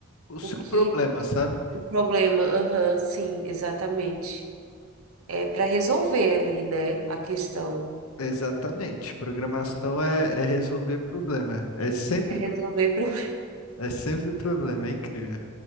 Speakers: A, on the left; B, on the right.
A: o seu
B: O que.
A: problema, sabe?
B: O problema. Aham, sim, exatamente. É para resolver ali, né? A questão.
A: Exatamente. Programação é, é resolver problema. É sempre,
B: É resolver.
A: pro-
B: pro- <laughs>
A: é sempre problema, é incrível.